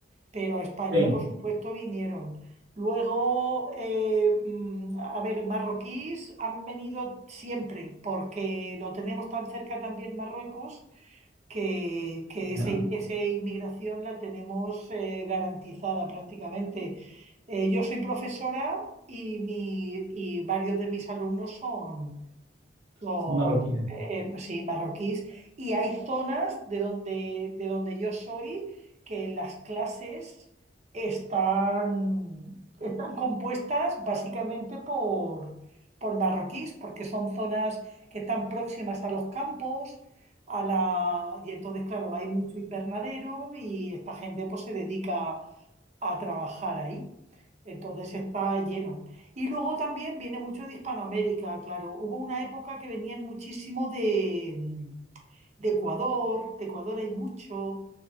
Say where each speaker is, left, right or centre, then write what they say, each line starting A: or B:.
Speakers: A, on the right (about 40°); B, on the right (about 80°).
A: pero a España,
B: Sí,
A: por supuesto, vinieron. Luego, eh, mm, a ver, marroquíes han venido siempre, porque lo tenemos tan cerca también Marruecos que, que esa,
B: ya,
A: in- esa inmigración la tenemos eh, garantizada prácticamente. Eh, yo soy profesora y, mi- y varios de mis alumnos son, son,
B: son marroquíes.
A: eh, pues sí, marroquíes. Y hay zonas de donde, de donde yo soy que las clases están, están compuestas básicamente por, por marroquíes, porque son zonas que están próximas a los campos, a la... y entonces, claro, hay mucho invernadero y esta gente pues se dedica a trabajar ahí. Entonces está lleno. Y luego también viene mucho de Hispanoamérica, claro. Hubo una época que venían muchísimo de, mm, de Ecuador, de Ecuador hay mucho,